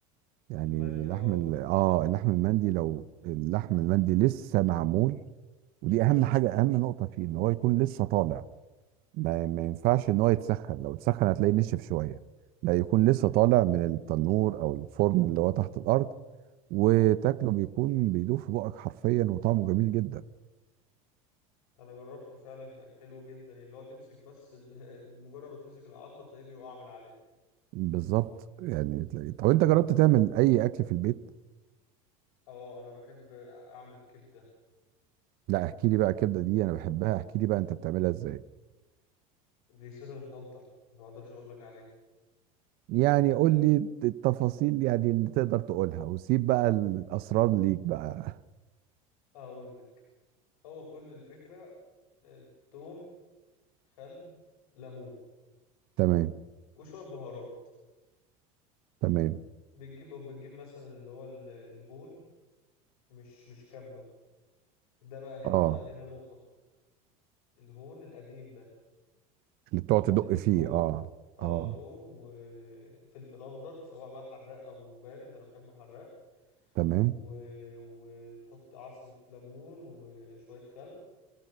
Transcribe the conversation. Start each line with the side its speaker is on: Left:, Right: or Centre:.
Right: يعني
Left: المندي
Right: لحم
Left: اه
Right: ال-
Left: جربتها
Right: اه اللحم المندي لو اللحم المندي لسه معمول ودي اهم حاجه اهم نقطه فيه ان هو يكون لسه طالع ما, ما ينفعش ان هو يتسخن لو اتسخن هتلاقيه نشف شويه لا يكون
Left: امم
Right: لسه طالع من التنور او الفرن اللي هو تحت الارض وتاكله بيكون بيدوب في بقك حرفيا وطعمه جميل جدا
Left: انا جربته فعلا كان حلو جدا يعني اللي هو تمسك بس ال- <laughs> مجرد ما تمسك العظمه تلاقيه بيقع من عليه
Right: بالظبط يعني تلاقيه طب انت جربت تعمل اي اكل في البيت
Left: اه انا بحب اعمل كبده
Right: لا احكي لي بقى الكبده دي انا بحبها احكي لي بقى انت بتعملها ازاي
Left: دي سر الخلطه ما اقدرش اقول لك عليها
Right: يعني قول لي التفاصيل يعني اللي تقدر تقولها وسيب بقى الاسرار ليك بقى
Left: اقول لك هو كل الفكره آه، توم خل ليمون
Right: تمام
Left: وشويه بهارات
Right: تمام
Left: بتجيب بتجيب مثلا اللي هو ال- الهون مش مش كبه ده بقى هنا
Right: اه
Left: بقى هنا نقطة الهون القديم ده
Right: اللي بتقعد تدق
Left: حط فيه
Right: فيه
Left: التوم
Right: اه
Left: اه
Right: اه
Left: توم وفلفل اخضر سواء بقى حراق او بارد انا بحبه حراق
Right: تمام
Left: و... وتحط عصرة ليمون وشوية خل